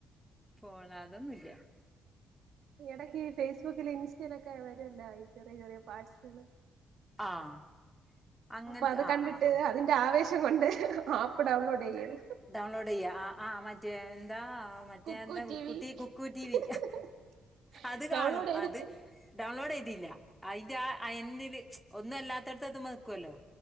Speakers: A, in the centre; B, on the right.
A: ഫോണ അതൊന്നുംല്ല്യാ
B: ഈ ഇടയ്ക്ക് ഈ ഫേസ്ബുക്കില് ഇൻസ്റ്റയിലൊക്കെ വരുമല്ലോ ഈ ചെറിയ ചെറിയ പാർട്സ്കള്
A: ആഹ് അങ്ങൻത്തെ
B: അപ്പൊ അത്
A: ആഹ്
B: കണ്ട്ട്ട്
A: ആഹ് ആഹ്
B: അതിന്റെ ആവേശം കൊണ്ട് ആപ്പ് ഡൗൺലോഡെയ്യും
A: ഡൗൺലോഡെയ്യ ആഹ് ആഹ് മറ്റേ എന്താ മറ്റേ
B: കുക്കു
A: എന്താ കുക്കുട്ടി
B: ടി
A: കുക്കൂട്ടിവി
B: വി
A: അത്
B: ഡൗൺലോഡ്
A: കാണും
B: ചെയ്തിട്ട്
A: അത് ഡൗൺലോഡ് ചെയ്തില്ല അതിന്റെ ആ എന്റിില് ഒന്നും അല്ലാത്തടത്തത് എന്തുമ്പോ നിൽക്കുവല്ലോ?